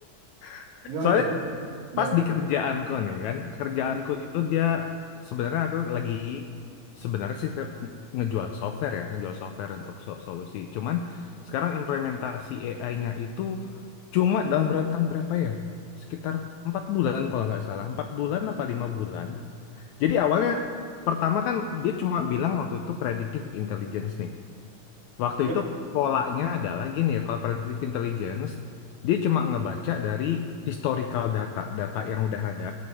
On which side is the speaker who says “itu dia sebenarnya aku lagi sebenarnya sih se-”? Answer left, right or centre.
Left